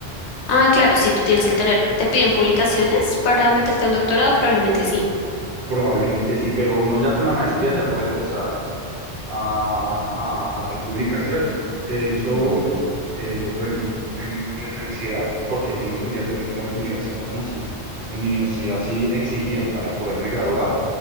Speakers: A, on the left (about 90°); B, on the right (about 85°).
A: Ah, claro, sí, tú tienes que tener, ¿te piden publicaciones para meterte a un doctorado? Probablemente sí.
B: Probablemente sí, pero uno ya con la maestría
A: Mm,
B: ya puede empezar a, a- a hacer publicaciones. De hecho,
A: ujú,
B: eh, bueno, en mi universidad, porque tengo entendido que no todas las universidades son así, en mi universidad sí exigían para poderme graduar